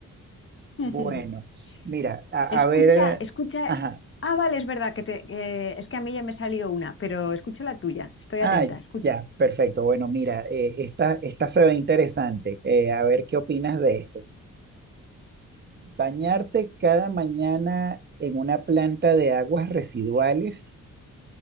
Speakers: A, on the left (about 40°); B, on the right (about 30°).
A: <laughs>
B: Bueno, mira, a,
A: Escucha,
B: a ver,
A: escucha.
B: ajá,
A: Ah, vale, es verdad que te, eh, es que a mí ya me salió una, pero escucho la tuya. Estoy
B: ah,
A: atenta, escucho.
B: ya, perfecto. Bueno, mira, eh, esta, esta se ve interesante. Eh, a ver qué opinas de esto. Bañarte cada mañana en una planta de aguas residuales